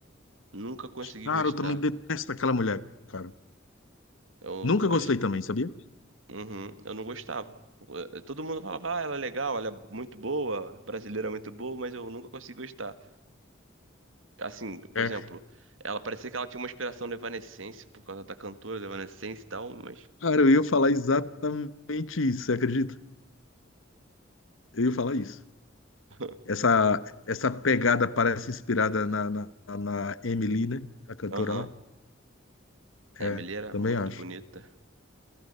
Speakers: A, on the right (about 80°); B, on the left (about 85°).
A: Nunca consegui
B: Cara,
A: gostar.
B: eu também detesto aquela mulher, cara.
A: Eu
B: Nunca gostei
A: acho,
B: também, sabia?
A: Uhum, eu não gostava. Eh, Todo mundo falava, ah, ela é legal, ela é muito boa, brasileira é muito boa, mas eu nunca consegui gostar. Assim, por
B: É.
A: exemplo, ela parecia que ela tinha uma inspiração no Evanescence por causa da cantora do Evanescence e tal, mas.
B: Cara, eu ia falar exatamente isso, você acredita? Eu ia falar isso.
A: <laughs>
B: Essa, essa pegada parece inspirada na, na, na Emily, né? A cantora
A: Aham.
B: lá.
A: A
B: É,
A: Emily era
B: também
A: muito
B: acho.
A: bonita.